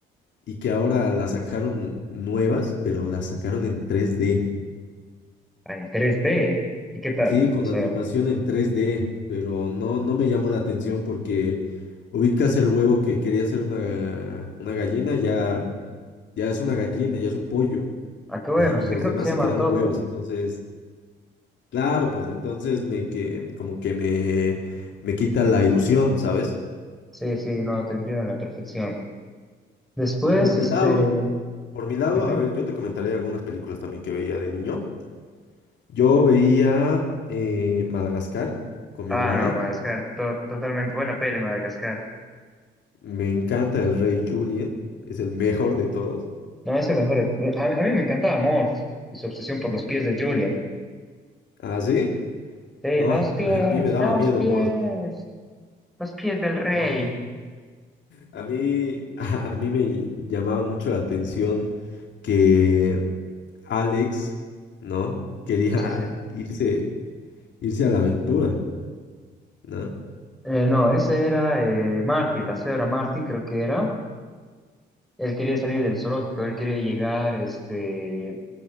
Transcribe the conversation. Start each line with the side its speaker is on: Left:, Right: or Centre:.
Left: y que ahora la sacaron nuevas, pero la sacaron en tres d
Centre: en tres d ¿Y qué tal?
Left: Sí,
Centre: O
Left: con
Centre: sea,
Left: animación en tres d pero no, no me llamó la atención porque ubicas el huevo que quería ser una, una gallina, ya, ya es una gallina, ya es un pollo, <laughs>
Centre: ah, qué bueno,
Left: y
Centre: sí
Left: los
Centre: creo
Left: demás
Centre: que se llama
Left: se quedaron
Centre: Toto.
Left: huevos. Entonces, claro, pues entonces me que como que me, me quita la ilusión, ¿sabes?
Centre: Sí, sí, no, te entiendo a la perfección. Después,
Left: Por mi
Centre: este...
Left: lado, por mi lado,
Centre: ujú.
Left: a ver, yo te comentaré algunas películas también que veía de niño. Yo veía eh, Madagascar con
Centre: Ah,
Left: mi hermana.
Centre: no, Madagascar, to- totalmente buena peli, Madagascar.
Left: Me encanta el rey Julien, es el mejor de todos.
Centre: No, es el mejor. eh, A, a mí me encantaba Mort y su obsesión por los pies de Julian.
Left: ¿Ah, sí?
Centre: Sí,
Left: No,
Centre: los pies,
Left: <laughs> a mí me daba
Centre: los
Left: miedo,
Centre: pies,
Left: Mort.
Centre: los pies del rey.
Left: No, no. A mí, <laughs> a mí me llamaba mucho la atención que Alex, ¿no? Quería
Centre: Sí, sí.
Left: irse, irse a la aventura, ¿no?
Centre: Eh, no, ese era eh, Martin, la cebra Martin, creo que era. Él quería salir del zoológico, él quería llegar este,